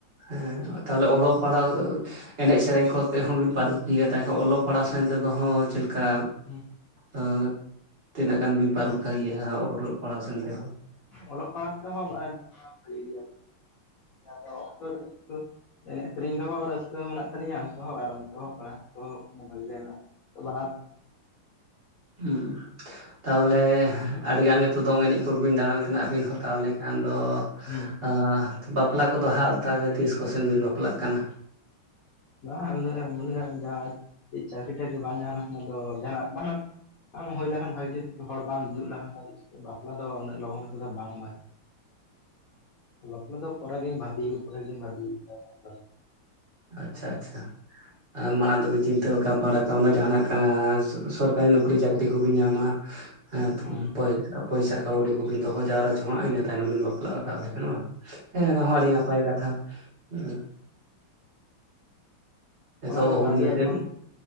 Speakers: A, on the right; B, on the left.
A: ᱦᱮᱸ, ᱛᱟᱦᱚᱞᱮ ᱚᱲᱚᱜ ᱯᱟᱲᱦᱟᱣ ᱮᱱᱮᱡᱽ ᱥᱮᱨᱮᱧ ᱠᱚᱛᱮ ᱦᱚᱸ ᱵᱤᱱ ᱯᱟᱨᱩᱠᱷᱤᱭᱟᱹ ᱛᱟᱦᱮᱸ, ᱚᱞᱚᱜ ᱯᱟᱲᱦᱟᱣ ᱥᱮᱱ ᱛᱮᱫ ᱦᱚᱸ ᱪᱮᱫ ᱞᱮᱠᱟ᱾
B: ᱦᱩᱸ
A: ᱟᱺᱻ ᱛᱤᱱᱟᱹᱜ ᱜᱟᱱ ᱵᱤᱱ ᱯᱟᱹᱨᱩᱠᱷᱟ
B: ᱦᱩᱸ
A: ᱜᱮᱭᱟ, ᱚᱲᱚᱜ ᱯᱟᱲᱦᱟᱣ ᱥᱮᱱ ᱛᱮᱦᱚᱸ?
B: ᱚᱞᱚᱜ ᱯᱟᱲᱦᱟᱜ ᱛᱮᱦᱚᱸ <unintelligible> ᱵᱷᱟᱜ ᱜᱮᱭᱟ ᱵᱚ ᱾ ᱟᱫᱚ <unintelligible> ᱮᱱᱮᱡᱽ ᱥᱮᱨᱮᱧ ᱾ ᱚᱱᱛᱮ ᱦᱚᱸ ᱨᱟᱹᱥᱠᱟᱹ ᱦᱚᱸ ᱢᱮᱱᱟᱜ ᱛᱟᱞᱤᱧᱟ᱾ ᱚᱱᱛᱮ ᱦᱚᱸ ᱟᱨ ᱚᱱᱛᱮ ᱦᱚᱸ ᱯᱟᱲᱦᱟᱜ ᱛᱮᱦᱚᱸ ᱵᱷᱟᱜᱮ ᱜᱮ ᱦᱮᱱᱟᱜ, ᱛᱚ ᱵᱟᱱᱟᱨ
A: ᱦᱩᱸ ᱛᱟᱦᱚᱞᱮ ᱟᱹᱰᱤ ᱜᱟᱱ ᱜᱮᱛᱚ ᱫᱚᱝ ᱮᱱᱮᱡᱽ ᱠᱚ ᱵᱤᱱ ᱫᱟᱬᱟᱱ ᱠᱟᱱᱟ᱾ ᱟᱵᱤᱱ ᱦᱚᱸ ᱛᱟᱦᱚᱞᱮ ᱠᱷᱟᱱ ᱫᱚ᱾
B: ᱦᱩᱸ
A: ᱟ ᱵᱟᱯᱞᱟ ᱠᱚᱫᱚ ᱦᱟᱸᱜ ᱛᱟᱦᱚᱞᱮ ᱛᱤᱥ ᱠᱚ ᱥᱮ ᱵᱤᱱ ᱵᱟᱯᱞᱟᱜ ᱠᱟᱱᱟ?
B: ᱵᱟᱝ, ᱡᱟᱦᱟᱸ <unintelligible> ᱪᱟᱹᱠᱨᱤ ᱴᱟᱠᱨᱤ ᱵᱟᱝ ᱧᱟᱢ ᱞᱮᱠᱷᱟᱱ ᱟᱫᱚ, ᱡᱟᱦᱟᱱᱟᱜ ᱵᱟᱝ ᱵᱟᱝ ᱦᱳᱭ ᱞᱮᱠᱷᱟᱱ ᱵᱷᱟᱜᱮ ᱡᱩᱛ ᱦᱚᱲ ᱵᱟᱝ ᱡᱩᱛ ᱞᱮᱠᱷᱟᱱ ᱵᱟᱯᱞᱟ ᱫᱚ ᱩᱱᱟᱹᱜ ᱞᱚᱜᱚᱱ ᱛᱮᱫ ᱫᱚ ᱵᱟᱝ ᱵᱷᱟᱜᱮᱭᱟ᱾ <unintelligible> ᱵᱟᱯᱞᱟ ᱫᱚ ᱯᱚᱨᱮ ᱜᱮᱧ ᱵᱷᱟᱵᱤ ᱠᱟᱫᱟ᱾ ᱯᱚᱨᱮ ᱜᱮ ᱞᱤᱧ ᱵᱷᱟᱵᱤ ᱠᱟᱫᱟ
A: ᱟᱪᱷᱟ ᱟᱪᱷᱟ᱾ ᱢᱟᱲᱟᱝ ᱫᱚ ᱵᱤᱱ ᱪᱤᱱᱛᱟᱹ ᱰᱟᱲᱟ ᱠᱟᱜ ᱱᱟ, ᱡᱟᱦᱟᱱᱟᱜ ᱥᱚᱨᱠᱟᱨᱤ ᱱᱚᱠᱨᱤ ᱪᱟᱹᱠᱨᱤ ᱠᱚ ᱵᱤᱱ ᱧᱟᱢᱟ ᱦᱟᱜ
B: ᱦᱮᱸ
A: <unintelligible> ᱯᱚᱭᱥᱟ ᱠᱟᱹᱣᱰᱤ ᱠᱚ ᱵᱤᱱ ᱫᱚᱦᱚ ᱡᱟᱣᱨᱟ ᱡᱚᱝ ᱟᱜᱼᱟ ᱾ᱤᱱᱟ ᱛᱟᱭᱱᱚᱢ ᱵᱤᱱ ᱵᱟᱯ ᱚᱠᱟ ᱞᱮᱠᱟ ᱠᱟᱱᱟ ᱵᱟᱝ᱾ ᱦᱮᱸ ᱚᱱᱟ ᱦᱚᱸ ᱟᱹᱰᱤ ᱱᱟᱯᱟᱭ ᱠᱟᱛᱷᱟ ᱾ ᱦᱩᱸ ᱱᱤᱛᱚᱜ
B: ᱚᱱᱟᱜᱮ
A: ᱦᱩᱞ
B: ᱵᱷᱟᱜᱮᱭᱟ
A: ᱢᱤᱫᱴᱮᱱ
B: ᱮᱠᱷᱚᱱ